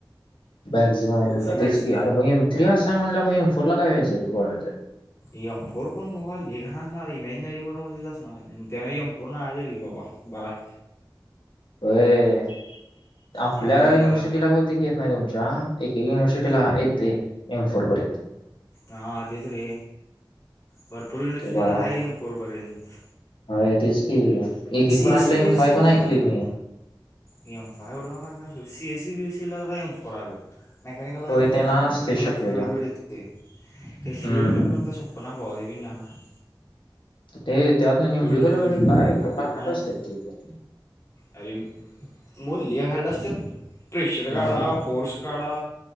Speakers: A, on the left; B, on the left.
A: मॅक्झिमम
B: समज
A: तेच की अरे एम थ्री असय म्हंटल्यावर मग एम फोर ला काय व्हायचं रे पोरांच
B: एम फोर पण तुम्हाला नई घाण असणार आहे इमोजमॅज वाणीच असणार आहे त्यावेळी एम फोर नाही तरी बाबा बराय
A: होय आपल्या
B: त्यामुळे
A: युनिव्हर्सिटीला
B: जरा
A: मग तेच येत नाही तुमच्या एक एक युनिव्हर्सिटीला येतय एम फोर पर्यंत
B: हा तेच रे भरपूर युनिव्हर्सिटीला
A: ते बरं
B: आहे एम फोर पर्यंत
A: होय तेच की एक एक पण
B: एस
A: ऐकलोय
B: सी बी
A: एम
B: एस
A: फाय
B: सीला
A: पण ऐकलोय मी
B: एम फाईव एवढं काय माहीत नाही C S C B S C काय एम फाईव आहे बघ मेकॅनिकलला
A: होय
B: फोन
A: त्यांना
B: आहे मेकॅनिकलला
A: असते शक्यतो
B: फ्ल्युड बिड येतय फ्ल्यूड
A: हम्म
B: बिड
A: हम्म
B: पण पुन्हा बुवा रिव्हींग येणार
A: ते त्यातनं मेमरी
B: म्हण
A: गेल्यावर काय ते हार्ड
B: ऑम
A: असतेत
B: म्हण
A: की काय
B: अरे मग लई हार्ड असत्यात प्रेशर
A: नाही
B: काढा
A: तर काय
B: फोर्स काढा